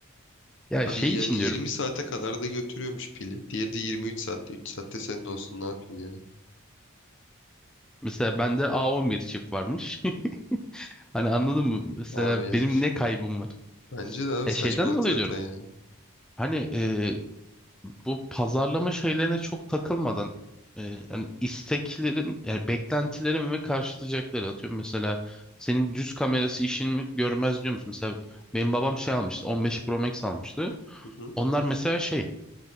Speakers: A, in the centre; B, on the left (about 55°).
A: Ya
B: Abi
A: şey
B: yani
A: için
B: 20
A: diyorum.
B: saate kadar da götürüyormuş pili. Diğeri de 23 saatte. 3 saatte senin olsun ne yapayım ya.
A: Mesela bende A11 çip varmış. <laughs> Hani anladın mı? Mesela
B: Abi yani.
A: benim ne kaybım var?
B: <laughs> Bence de abi
A: E
B: saçmalık
A: şeyden dolayı
B: zaten
A: diyorum.
B: ya.
A: Hani e, bu pazarlama şeylerine çok takılmadan e, hani isteklerin yani beklentilerin ve karşılayacakları atıyorum mesela senin düz kamerası işini mi görmez diyor musun? Mesela benim babam şey almıştı 15 Pro Max almıştı.
B: Hı hı.
A: Onlar mesela şey